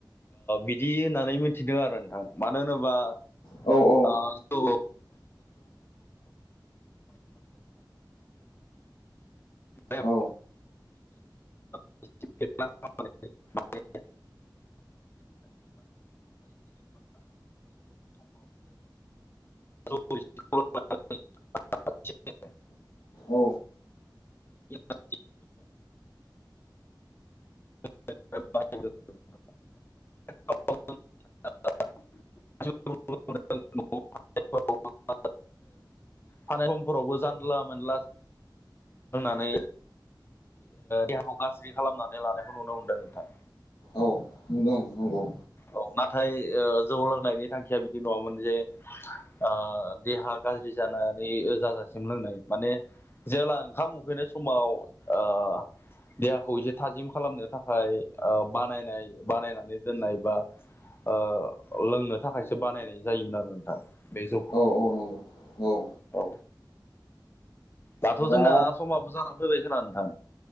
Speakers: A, on the left; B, on the left.
A: बिदि होननानै मिथिदों आरो नोंथां मानो होनोबा
B: औ औ
A: आ बेखौफ बे
B: औ
A: <unintelligible> <inaudible> <unintelligible> थानाय
B: औ
A: <unintelligible> <unintelligible> <inaudible> <unintelligible> थानाय समफोरावबो जानला मोनला लोंनानै ओ देहाखौ गाज्रि खालामनानै लानायखौ नुनो मोनदों नोंथां।
B: औ दं नंगौ।
A: औ नाथाय जौ लोंनायनि थांखिया बिदि नङामोन जे ओ देहा गाज्रि जानानै ओ जाजासिम लोंनाय माने जेला ओंखाम उखैनाय समाव ओ देहाखौ एसे थाजिम खालामनो थाखाय ओ बानायनाय बानायनानै दोननाय बा ओ लोंनो थाखायसो बानायनाय जायोमोन आरो नोंथां बे जौखौ
B: औ औ नं औ
A: औ दाथ'
B: दा
A: जोंना समाबो जानानै फैबाय खोना नोंथां।